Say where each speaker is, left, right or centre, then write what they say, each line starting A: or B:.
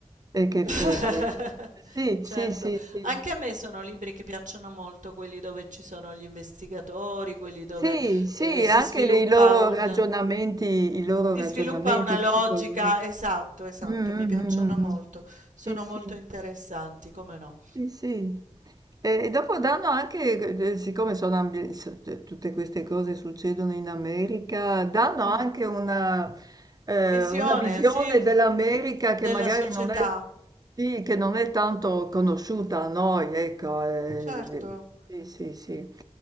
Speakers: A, on the right (about 30°); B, on the right (about 80°).
A: e che,
B: <laughs>
A: e che- Sì,
B: Certo,
A: sì, sì, sì,
B: anche a me sono libri che piacciono molto, quelli dove ci sono gli investigatori, quelli dove
A: sì, sì,
B: eh, si
A: anche
B: sviluppa
A: le- i loro
B: un,
A: ragionamenti, i loro
B: si
A: ragionamenti
B: sviluppa una
A: psicologici.
B: logica. Esatto, esatto,
A: Mm,
B: mi
A: mm,
B: piacciono
A: mm,
B: molto.
A: mm. mm.
B: Sono
A: Sì, sì.
B: molto interessanti, come no.
A: Sì, sì. E e dopo danno anche, eh, siccome sono ambi- s- t- tutte queste cose succedono in America, danno
B: Mh.
A: anche una, eh,
B: Visione,
A: una visione
B: sì,
A: dell'America che
B: della
A: magari
B: società.
A: non è, sì, che non è tanto conosciuta a noi, ecco. eh,
B: Certo,
A: sì, sì, sì.